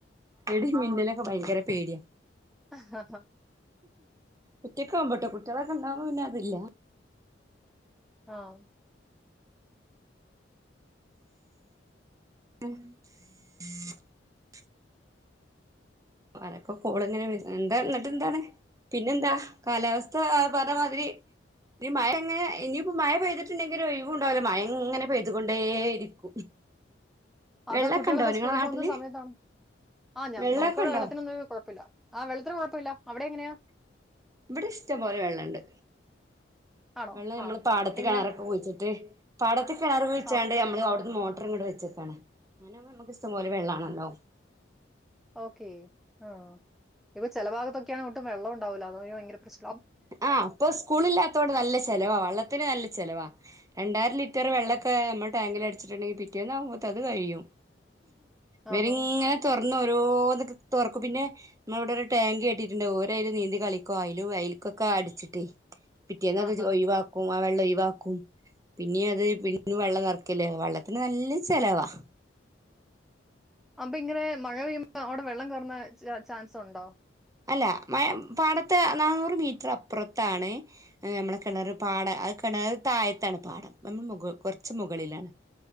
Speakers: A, on the right (about 20°); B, in the centre.
A: ഇടി മിന്ന ലൊക്കെ ഭയങ്കര പേട്യാ.
B: ആഹ ഹ.
A: ഒറ്റക്കാവുമ്പൊട്ടൊ കുട്ട്യോള് ഒക്കെ ഉണ്ടാവുമ്പൊ പിന്നെ അതില്ല.
B: ആഹ.
A: ഉം. <inaudible> അരൊക്കെ കോള്ങ്ങനെ വെര്ന്ന് എന്താ ന്ന്ട്ടന്താണ്. പിന്നെന്താ കാലാവസ്ഥ എ പറഞ്ഞമാതിരി ഇനി മഴ എങ്ങനെ ഇനിയിപ്പോ മഴ പെയ്തിട്ട്ണ്ടെങ്കി ഒരു ഒഴിവു ഉണ്ടാവൂല മഴ ഇങ്ങനെ പെയ്തുകൊണ്ടേ ഇരിക്കും.
B: അതാ
A: വെള്ളമൊക്കെ
B: കുട്ടികളൊക്കെ
A: ഉണ്ടോ
B: സ്കൂളിൽ
A: നിങ്ങളെ നാട്ടില്
B: പോകുന്ന സമയത്താണ് ആ ഞാ
A: വെള്ളമൊക്കെ
B: ഇടെ
A: ഉണ്ടോ
B: വെള്ളത്തിനൊന്നും കുഴപ്പില്ല ആ വെള്ളത്തിന് കുഴപ്പില്ല അവിടെ എങ്ങനെയാ?
A: ഇവിടെ ഇഷ്ടംപോലെ വെള്ളണ്ട്.
B: ആണോ
A: വെള്ള നമ്മള്
B: ആഹ്
A: പാടത്ത്
B: എങ്ങനെ
A: കിണറൊക്കെ കുഴിച്ചിട്ട് പാടത്ത് കിണർ കുഴിച്ചാണ്ട്
B: ആഹ്
A: നമ്മള് അവിടുന്ന് മോ ട്ട്ർഇങ്ങണ്ട്‌ വച്ചക്കാണ് അങ്ങ നമക്ക് ഇഷ്ടംപോലെ വെള്ളാണല്ലോ.
B: ഓക്കെ ആ് ഇപ്പൊ ചെല ഭാഗത്തൊക്കെയാണ് അങ്ങട്ടും വെള്ളം ഉണ്ടാവില്ല അത ഭയങ്കര പ്രശ്ന
A: ആഹ് അപ്പൊ സ്കൂളില്ലാത്തോണ്ട് നല്ല ചെലവാ വെള്ളത്തിന് നല്ല ചെലവാ രണ്ടായിരം ലി റ്ററ് വെളൊക്കെ
B: ആഹ്
A: നമ്മുടെ ടാങ്കിൽ അടിച്ചിട്ടുണ്ടെങ്കിൽ പിറ്റേന്ന് ആവുമ്പത് അത് കഴിയും. വരിങ്ങനെ
B: ആഹാ
A: തുറ. ഓരോന്ന് തൊറക്കും പിന്നെ നമ്മള വ്ടെ ഒരു ടാങ്കി. കെട്ടിട്ടുണ്ട് ഓരൈല് നീന്തി കളികും ഐ അയ്ല് കൊക്കെ അടിച്ചിട്ടേ പിറ്റേന്ന് അത്
B: ആഹാ
A: ഒയിവാക്കും ആ വെള്ളം ഒയിവാക്കും പിന്നിം അത്. പിന്നിം വെള്ളം
B: ആഹ്
A: നെർക്കല്ലേ വെള്ളത്തിന് നല്ല ചെലവാ.
B: അപ്പൊ ഇങ്ങനെ മഴ പെയ്യുമ്പോ അവിടെ വെള്ളം കയറുന്ന ചാൻസ്ഉണ്ടോ?
A: അല്ല മയ പാടത്തെ നന്നൂറ് മീറ്റർ അപ്പുറത്താണ് നമ്മുടെ കിണറ് പാട ണർത് താഴത്താണ് പാഠം നമ്മൾ കുറച്ച മുകളിലാണ്.